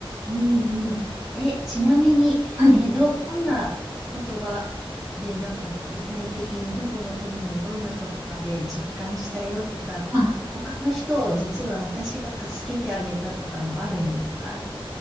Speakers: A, in the centre; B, on the right.
A: うんうん。え、ちなみに、
B: はい
A: え、どん、どんな言葉で、なんか具体的にどこの国のどんな言葉で実感したよとか、
B: あ、
A: 他の人を実は私が助けてあげたとかもあるんですか